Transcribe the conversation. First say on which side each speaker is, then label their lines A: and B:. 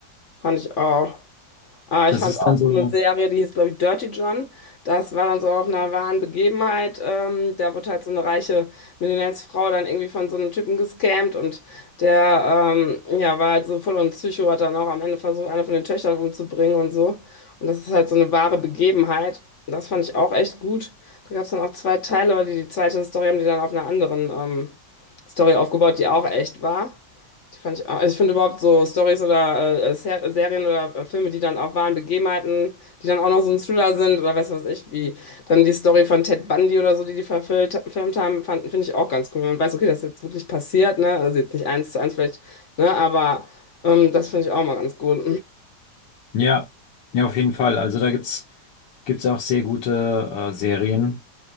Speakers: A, on the left; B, on the left.
A: Fand ich auch. Ah, ich
B: das
A: fand
B: ist
A: auch
B: dann so,
A: so eine Serie, die hieß, glaube ich, Dirty John. Das war dann so auf einer wahren Begebenheit. Ähm, da wurde halt so eine reiche Millionärsfrau dann irgendwie von so einem Typen gescammt und der ähm, ja, war halt so voll und Psycho, hat dann auch am Ende versucht, eine von den Töchtern umzubringen und so. Und das ist halt so eine wahre Begebenheit. Das fand ich auch echt gut. Da gab es dann auch zwei Teile, aber die, die zweite Story haben die dann auf einer anderen ähm, Story aufgebaut, die auch echt war. Die fand ich auch, also ich finde überhaupt so Stories oder äh, Ser Serien oder äh, Filme, die dann auch wahren Begebenheiten, die dann auch noch so ein Thriller sind oder weiß was ich, wie dann die Story von Ted Bundy oder so, die die verfilmt, verfilmt haben, fand- finde ich auch ganz cool. Wenn man weiß, okay, das ist jetzt wirklich passiert, ne? Also jetzt nicht eins zu eins vielleicht, ne? Aber ähm, das finde ich auch mal ganz gut.
B: ja, ja, auf jeden Fall. Also da gibt's, gibt's auch sehr gute äh, Serien.